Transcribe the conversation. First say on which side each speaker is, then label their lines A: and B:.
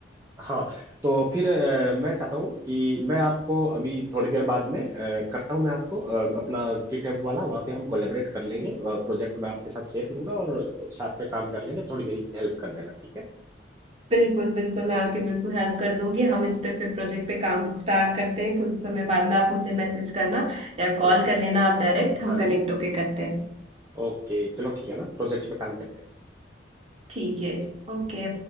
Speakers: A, on the right; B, on the right.
A: हाँ तो फिर अ, मैं चाहता हूँ कि मैं आपको अभी थोड़ी देर बाद में अ, करता हूँ मैं आपको अ, अपना गिटहब वाला वहाँ पे हम कोलेबरेट कर लेंगे प्रोजेक्ट मैं आपके साथ शेयर करूंगा और साथ में काम कर लेंगे थोड़ी मेरी हेल्प कर देना ठीक है
B: बिल्कुल बिल्कुल मैं आपकी बिल्कुल हेल्प कर दूंगी हम इस पे फिर प्रोजेक्ट पे काम स्टार्ट करते हैं कुछ समय बाद में आप मुझे मैसेज करना या
A: हम्म
B: कॉल कर लेना आप डायरेक्ट हम
A: हाँ जी
B: कनेक्ट होके
A: हम्म
B: करते हैं
A: ओके चलो ठीक है ना प्रोजेक्ट पे काम करते हैं
B: ठीक है
A: ठीक।
B: ओके